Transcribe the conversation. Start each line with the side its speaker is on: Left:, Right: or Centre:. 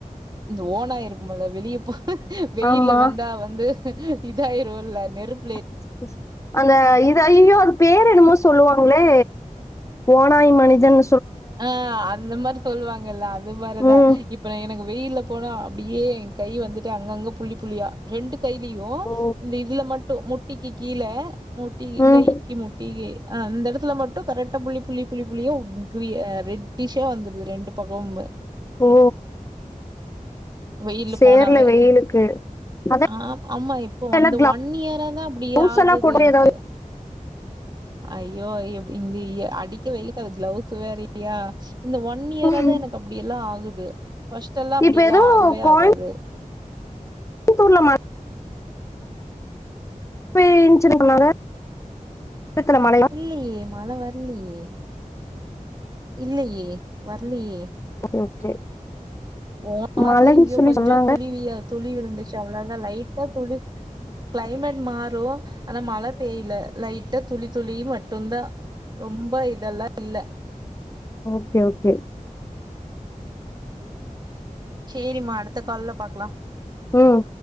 Right: இந்த ஓநாய் இருக்குமல வெளியப்ப வெயில
Left: ஆமா
Right: வந்தா வந்து இதா ஆயிருல்ல த்ருப்
Left: பேசு அந்த இத ஐய்யியோ அது பேரு என்னமோ சொல்லுவாங்ளே ஓ நாய் மனுஜன்
Right: ஆ அந்த மாரி சொல்லுவாங்கல்ல அது மாரிதா
Left: ம்
Right: இப்ப ந எனக் கு வெயில்ல போனா அப்டியே ஏ கை வந்துட்டு அங்கங்க புள்ளி புள்ளியா ரெண்டு கைலியு
Left: ஓ
Right: இந்த இதுல மட்டு முட்டிக்கி கீழ முட்டி
Left: ம்
Right: கைக்கு முட்டி ஆ அந்த எடத்துல மட்டு கரெட்டா புள்ளி புள்ளி புள்ளி புள்ளியா உப் பி ஆ ரெட்டிஸா வந்துருது ரெண்டு பக்கமுமே
Left: ஓ
Right: வெயில்ல
Left: சேர்ல
Right: போனாவே
Left: வெயிலுக்கு அதா
Right: ஆம் ஆமா இப்போ அந்த
Left: எல்லா
Right: ஒன் இயரா தா அப்டி
Left: கிளவுஸ்
Right: ஆகுது
Left: எல்லா போட்டு
Right: எனக்கு
Left: ஏதாவது
Right: அய்யோ இப் இங்க இய அடிக்க வெயிலுக்கு அது க்ளவுஸ் <inaudible> இந்த ஒன்
Left: ஓ
Right: இயராதா எனக் அப்டியெல்லா ஆகுது ஃபஸ்ட்டெல்லா அப்டிலா
Left: இப்ப ஏதோ
Right: ஆகவே
Left: கோயம்புத்தூர்ல
Right: ஆகாது
Left: <unintelligible> இப்ப ஏச்சிருன்னு சொன்னாங்க சேலத்துல மழையா
Right: இல்லையே மழ வர்லியே இல்லயே வர்லியே
Left: ஓகே ஓகே
Right: ஓ ஆத்துல
Left: மழைன்னு
Right: இங்கே
Left: சொல்லி
Right: கொஞ்ச
Left: சொன்னாங்க
Right: துளி விய துளி விழுந்துச்சு அவ்ளோதா லைட்டா துளி கிளைமேட் மாறு ஆனா மழ பெய்ல லைட்டா துளி துளி மட்டுந்தா ரொம்ப இதெல்லா இல்ல
Left: ஓகே ஓகே
Right: சேரிம்மா அடுத்த கால்ல பாக்கலா
Left: ம்